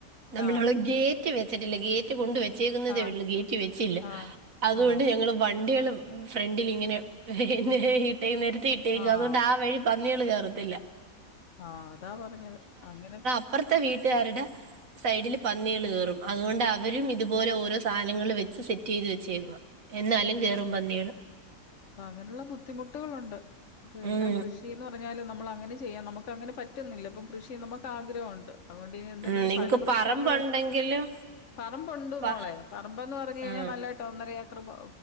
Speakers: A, on the right; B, on the left.
A: നമ്മളവി
B: ആഹ്
A: ഗേറ്റ് വെച്ചിട്ടില്ല ഗേറ്റ് റ്റ് കൊണ്ട് വെച്ചേക്കുന്നതേള്ളൂ
B: ആഹ്
A: ഗേറ്റ് വെച്ചില്ല
B: ആഹ്
A: അതുകൊണ്ട്
B: ആഹ്
A: ഞങ്ങൾ വണ്ടിയാൾ ഫ്രണ്ടിലിങ്ങനെ പിന്നെ ഇട്ടേ നിരത്ത് ഇട്ടേക്ക
B: ആഹ്
A: അതുകൊണ്ട് ആ വഴി പന്നികൾ കേയറത്തില്ല
B: ആഹ അതാ പറഞ്ഞത് അങ്ങനെ
A: അപ്പുറത്തെ വീട്ടുകാരുടെ സൈഡിൽ പന്നികൾ കേയറും അതുകൊണ്ട് അവരും ഇതുപോലെ ഓരോ സാധനങ്ങൾ വെച്ച് സെറ്റ് ചെയ്ത് വെച്ചേക്ക എന്നാലും കേറും പന്നികള്
B: അങ്ങനെയുള്ള ബുദ്ധിമുട്ടോള് ഇണ്ട് അപ്പൊ എല്ലാം
A: ഉം
B: കൃഷിന്ന് പറഞ്ഞാലും നമ്മൾ അങ്ങനെ ചെയ്യാം നമുക്ക് അങ്ങനെ പറ്റുന്നില്ല ഇപ്പം കൃഷി നമുക്ക് ആഗ്രഹൊണ്ട് അതുകൊണ്ട് എന്തെങ്കിലും
A: ഉം നിങ്ങക്ക്
B: ഫലവൃക്ഷങ്ങള്
A: പറമ്പുണ്ടെങ്കിലും
B: പറമ്പൊണ്ട്
A: പ
B: മോളെ പറമ്പെന്ന് പറഞ്ഞ് കഴിഞ്ഞാൽ
A: ആഹ്
B: നല്ലെ- ട്ട് ഒന്നരഏക്കറ് പ